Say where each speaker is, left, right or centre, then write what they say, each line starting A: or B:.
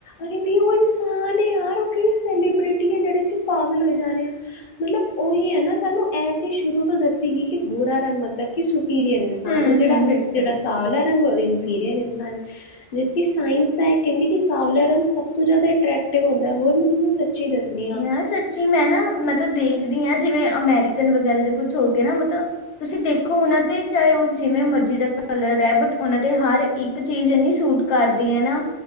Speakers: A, on the left; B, on the left.
A: ਅ ਵੀ ਉਹ ਇਨਸਾਨ ਹੈ ਯਾਰ ਉਹ ਕਿਹੜੀ ਸੈਲੀਬ੍ਰਿਟੀ ਹੈ ਜਹੜੀ ਪਾਗਲ ਹੋ ਜਾਣਾ ਮਤਲਬ ਉਹੀ ਹੈ ਨਾ ਸਾਨੂੰ ਇਹ ਸ਼ੁਰੂ ਤੋਂ ਦੱਸੀ ਸੀ ਕਿ ਗੋਰਾ ਰੰਗ ਮਤਲਬ ਕਿ ਪੀਰੀਅਰ ਇਨਸਾਨ
B: ਹਮ
A: ਨੂੰ ਜਿਹੜਾ
B: ਹਮ ਬਿਲਕੁਲ
A: ਜਿਹੜਾ ਸ ਪੀਰੀਅਡ ਇਨਸਾਨ ਹਾਂ ਕਿ ਸਾਇੰਸ ਕਹਿੰਦੀ ਕਿ ਸਾਵਲਾ ਰੰਗ ਸਭ ਤੋਂ ਜ਼ਿਆਦਾ ਅਟਰੈਕਟਿਵ ਹੁੰਦਾ ਹੈ ਹੋਰ ਮੈਂ ਤੁਹਾਨੂੰ ਦੱਸ ਰਹੀ ਹਾਂ।
B: ਾਂ ਸੱਚੀ ਮੈਂ ਨਾ ਮਤਲਬ ਦੇਖਦੀ ਹਾਂ ਜਿਵੇਂ ਅਮਰੀਕਨ ਵਗੈਰਾ ਕੁੱਛ ਹੋ ਗਏ ਨਾ ਮਤਲਬ ਤੁਸੀਂ ਦੇਖ ਖੋ ਉਹਨਾਂ ਤੇ ਚਾਹੇ ਉਹ ਜਿਵੇਂ ਮਰਜ਼ੀ ਕਲਰ ਹੈ ਬਟ ਉਹਨਾ ਤੇ ਹਰ ਇੱਕ ਚੀਜ਼ ਇਨੀ ਸੂਟ ਕਰਦੀ ਹੈ ਨਾ